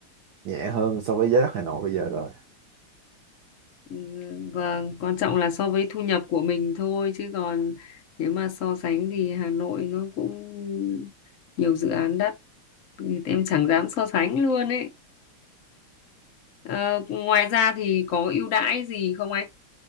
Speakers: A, on the right; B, on the left.
A: nhẹ hơn so với giá đất Hà Nội bây giờ rồi
B: Ừ, vâng quan trọng là so với thu nhập của mình thôi chứ còn nếu mà so sánh thì Hà Nội nó cũng nhiều dự án đắt thì em chẳng dám so sánh luôn ấy Ờ, ngoài ra thì có ưu đãi gì không anh